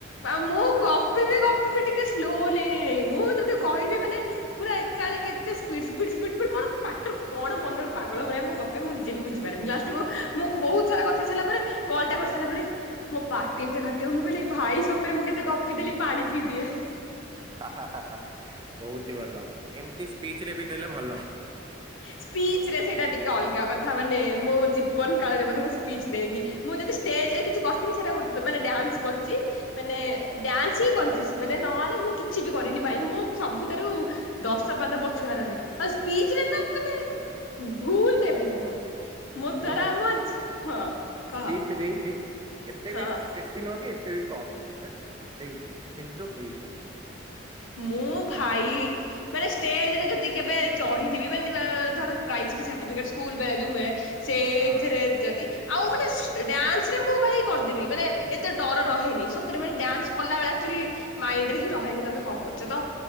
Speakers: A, on the left; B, on the right.
A: ଆଉ ମୁଁ ଗପିବି, ଗପିବି ଟିକେ ସ୍ଲୋଲି ନାହିଁ ମୁଁ ଯଦି କହିବି ମାନେ ପୁରା ଏକା ବେଳେ କେତେ ସ୍ପିଡ ସ୍ପିଡ୍ କଣ ପାଟି ରୁ ମାନେ କଣ ମନରୁ ପାଗଳ ଭଳିଆ ମୁଁ ଗପେ ମୁଁ ନିଜେ ବି ଲାଷ୍ଟ୍ କୁ ମୁଁ ବହୁତ ସାରା କଥା ହେଇସାରିଲା ପରେ କଲ ଟା କରିସାଇଲା ପରେ ମୋ ପାଟି ଏତେ ମୁଁ କହିଲି ଭାଇ ସତରେ ମୁଁ କେତେ ଗପି ଦେଲି ପାଣି ପିଇଦିଏ ।
B: ହା ହା ହା ବହୁତ ହି ଭଲ, ଏମତି ସ୍ପିଚ ରେ ବି ଦେଲେ ଭଲ।
A: ସ୍ପିଚ ରେ ସେଇଟା ଟିକେ ଅଲଗା କଥା, ମାନେ ମୋ ଜୀବନ କାଳରେ ବୋଧେ ମୁଁ ସ୍ପିଚ୍ ଦେଇନି ମାନେ ମୁଁ ଷ୍ଟେଜରେ କିଛି କରିଥିବି ସେଇଟା ଗୋଟେ ତ ମାନେ ଡ୍ୟାନ୍ସ କରିଛି, ମାନେ ଡ୍ୟାନ୍ସ ହିଁ କରିଛି, ମାନେ ନହେଲେ ମୁଁ କିଛି ବି କରିନି ଭାଇ ମୁଁ ସବୁଠାରୁ ଦଶ ପାଦ ପଛୁଆ ରହେ ଆଉ ସ୍ପିଚ ରେ ତ ମାନେ ଭୁଲରେ ବି ନୁହଁ ମୋ
B: ମୁଁ
A: ଦ୍ଵାରା, ହଁ କହ
B: ସ୍ପିଚ ଦେଇଛି ଏତେ
A: ହଁ।
B: ବି ବେଶୀ ନୁହଁ କି, ଏତେ ବି କମ୍ ନୁହଁ, ବଟ ଦେଇଛି, କିନ୍ତୁ ଦେଇ
A: ମୁଁ ଭାଇ, ମାନେ ଷ୍ଟେଜ ରେ ଯଦି କେବେ ଚଢିଥିବି ମାନେ ଧର କି ସାର୍ଟିଫିକେଟ ସ୍କୁଲ ବେଳେ ଯୋଉ ମିଳେ ସେଇଥିରେ
B: ହଁ।
A: ଯଦି । ଆଉ ମାନେ ଡ୍ୟାନ୍ସ ରେ ମୁଁ ଭାଇ କରିଦେବି ମାନେ ଏତେ ଡର ରହେନି ସତରେ ମାନେ ଡ୍ୟାନ୍ସ କଲାବେଳେ ଆକଚୁଆଲି । ମାଇଣ୍ଡରେ ହିଁ ରହେନି ତମେ କଣ। କରୁଛ ତ